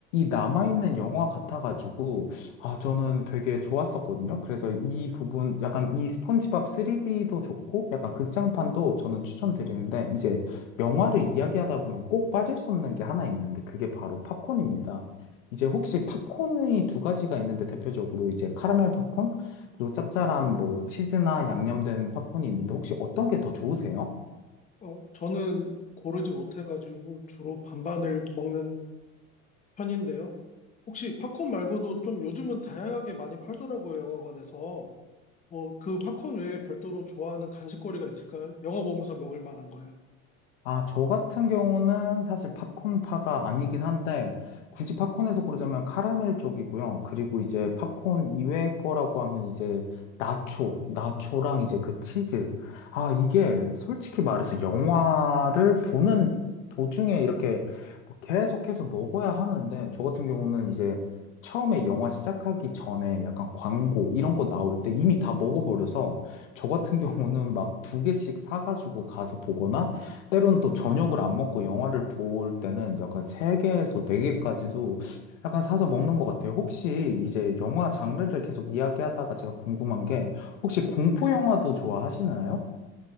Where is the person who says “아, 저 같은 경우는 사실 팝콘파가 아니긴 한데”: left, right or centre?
Left